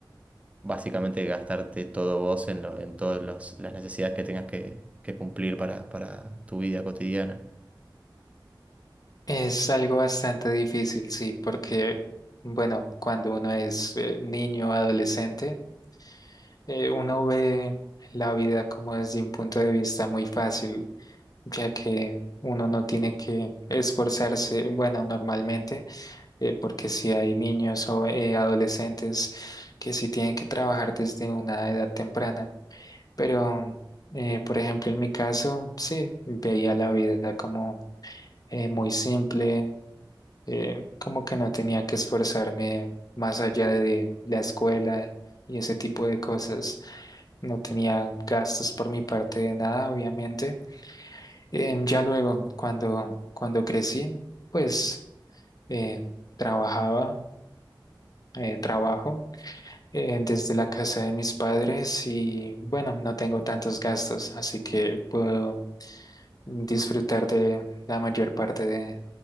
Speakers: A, on the right; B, on the left.
A: básicamente gastarte todo vos en, lo- en todas los- las necesidades que tengas que, que cumplir para, para tu vida cotidiana.
B: Es algo bastante difícil, sí, porque, bueno, cuando uno es eh, niño, adolescente, Eh, uno ve la vida como desde un punto de vista muy fácil, ya que uno no tiene que esforzarse, bueno, normalmente, eh, porque si hay niños o eh, adolescentes que sí tienen que trabajar desde una edad temprana. Pero, eh, por ejemplo, en mi caso, sí, veía la vida como eh, muy simple, eh, como que no tenía que esforzarme más allá de la escuela y ese tipo de cosas. No tenía gastos por mi parte de nada, obviamente. Em, ya luego, cuando, cuando crecí, pues eh, trabajaba, eh, trabajo eh, desde la casa de mis padres y bueno, no tengo tantos gastos, así que puedo disfrutar de la mayor parte de,